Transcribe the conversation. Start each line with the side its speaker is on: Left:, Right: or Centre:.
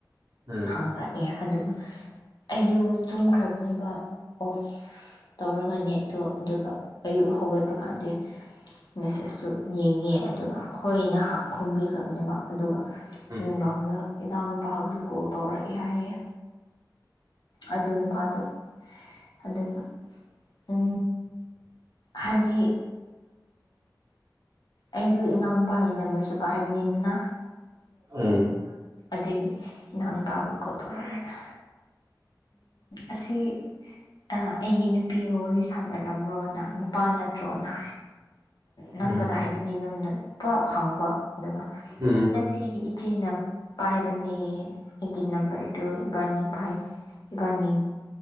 Right: ꯎꯝ
Left: ꯍꯪꯉꯔꯛꯑꯦ ꯑꯗꯨꯒ ꯑꯩꯗꯨꯣ ꯇꯨꯝꯈ꯭ꯔꯕꯅꯦꯕ ꯑꯣꯐ ꯇꯧꯔꯒ ꯅꯦꯠꯇꯣ ꯑꯗꯨꯒ ꯑꯌꯨꯛ ꯍꯧꯒꯠꯄ ꯀꯥꯟꯗ ꯃꯦꯁꯦꯁꯇꯨ ꯌꯦꯡꯉꯦ ꯑꯗꯨꯒ ꯍꯣꯏ ꯅꯍꯥꯛ ꯈꯨꯝꯕꯤꯈ꯭ꯔꯕꯅꯦꯕ ꯑꯗꯨꯒ
Right: ꯎꯝ
Left: ꯅꯨꯡꯗꯥꯡꯗ ꯏꯅꯥꯎ ꯅꯨꯨꯄꯥꯕꯨꯁꯨ ꯀꯣꯜ ꯇꯧꯔꯛꯑꯦ ꯍꯥꯏꯌꯦ ꯑꯗꯨ ꯅꯨꯄꯥꯗꯣ ꯑꯗꯨꯒ ꯎ ꯍꯥꯏꯕꯗꯤ ꯑꯩꯗꯨ ꯏꯅꯥꯎꯅꯨꯄꯥꯒꯤ ꯅꯝꯕꯔꯁꯨ ꯄꯥꯏꯕꯅꯤꯗꯅ
Right: ꯎꯝ
Left: ꯑꯗꯨꯗꯒꯤ ꯏꯅꯥꯎꯄꯥꯕꯨ ꯀꯧꯊꯣꯔꯛꯔꯅ ꯑꯁꯤ ꯑꯩꯒꯤ ꯅꯨꯄꯤꯒ ꯋꯥꯔꯤ ꯁꯥꯟꯅꯔꯝ꯭ꯔꯣꯅ ꯅꯨꯄꯥꯅ ꯖꯣꯅꯥꯏ ꯅꯪ
Right: ꯎꯝ
Left: ꯀꯗꯥꯏꯗꯒꯤ ꯅꯣꯟ ꯄꯞ ꯍꯪꯕ ꯗꯨꯒ
Right: ꯎꯝ
Left: ꯑꯩꯒꯤ ꯏꯆꯦꯅ ꯄꯥꯏꯕꯅꯦ ꯑꯩꯒꯤ ꯅꯝꯕꯔꯗꯨ ꯏꯕꯥꯅꯤ ꯄꯥꯏ ꯏꯕꯥꯅꯤ